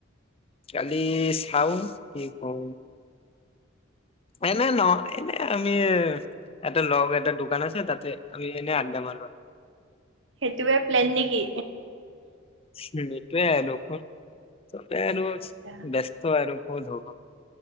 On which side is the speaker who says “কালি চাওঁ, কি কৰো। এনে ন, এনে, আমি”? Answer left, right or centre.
Left